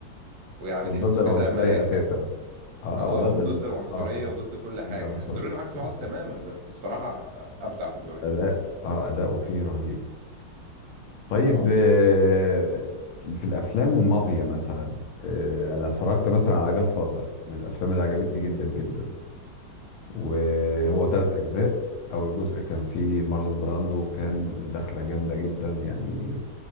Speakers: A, on the right; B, on the left.
A: ويعني
B: وضد
A: تحسه
B: العنصريه
A: كده ملاك
B: اساسا اه
A: اه
B: وضد
A: وضد
B: ال
A: العنصرية
B: اه آه،
A: وضد كل حاجة
B: ضد العنصريه
A: الدورين عكس
B: بالظبط
A: بعض تماما بس بصراحة أبدع في الدورين
B: اداء اه اداؤه فيه رهيب طيب
A: اه
B: آه، في في الافلام المافيا مثلا آه، انا اتفرجت مثلا على جاد فازر من الافلام اللي عجبتني جدا جدا وهو تلات أجزاء أول جزء كان فيه مارلون براندو وكان الدخلة جامدة جدا يعني